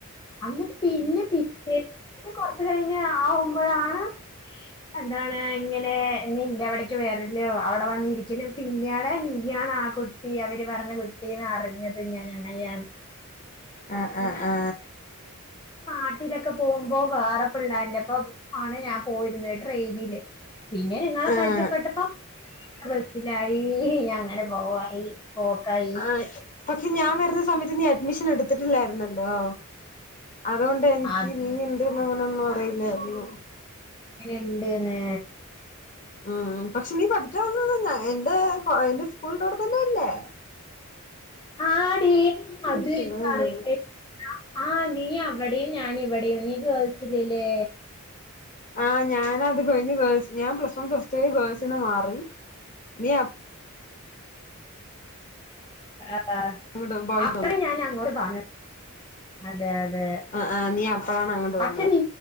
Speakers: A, on the left; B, on the left.
A: അന്ന് പിന്നെ പിറ്റേ കൊറച്ച് കഴിഞ്ഞ് ആവുമ്പോഴാണ് എന്താണ് ഇങ്ങനെ നിൻ്റവിടേക്ക് വരല്ലോ അവിടെ വന്നിരിക്കലൊക്കെ നീയാണ് നീ ആ കുട്ടി അവര് പറഞ്ഞ കുട്ടിന്ന് അറിഞ്ഞത് ഞാൻ അങ്ങനെയാണ്
B: ആ ആ ആ
A: നാട്ടിലൊക്കെ പോവുമ്പോ വേറെ പിള്ളാരിന്റെപ്പൊ ആണ് ഞാൻ പോയിരുന്ന ട്രെയിനില് പിന്നെ നിങ്ങളെ
B: ആഹ്
A: പരിചപ്പെട്ടപ്പോ ബസിലായി അങ്ങനെ പോവായി പോക്കായി
B: ആ പക്ഷെ ഞാൻ വരുന്ന സമയത്ത് നീ അഡ്മിഷൻ എടുത്തിട്ടില്ലായിരുന്നല്ലോ അതുകൊണ്ട് എനിക്ക്
A: അത്
B: നീ എന്തന്ന് അങ്ങനൊന്നും അറിയില്ലായിരുന്നു
A: ഇണ്ട്ന്നെ
B: ഉം പക്ഷെ നീ പഠിക്കാൻ വന്ന ഞ എൻ്റെ എൻ്റെ സ്കൂളിന്റെ അവിടെ തന്നെയല്ലേ
A: ആടീ അതും
B: എടുത്തേ
A: എനിക്ക്
B: ഉം
A: അറിയില്ല <unintelligible> ആഹ് നീ അവിടെയും ഞാൻ ഇവിടെയും നീ ഗേൾസിലല്ലേ
B: ആ ഞാനത് കഴിഞ്ഞ് ഗേൾസ് ഞാൻ പ്ലസ് വൺ പ്ലസ്ടു ഗേൾസിന്ന് മാറി നീ അ
A: ആ
B: അങ്ങോട്ട് ബോയ്സ്
A: അപ്പ
B: വന്നു
A: ഞാൻ അങ്ങോട്ട് വ അതെ അതെ
B: ആ ആ നീ അപ്പഴാണ് അങ്ങോട്ട്
A: പക്ഷെ
B: വന്നത്
A: നി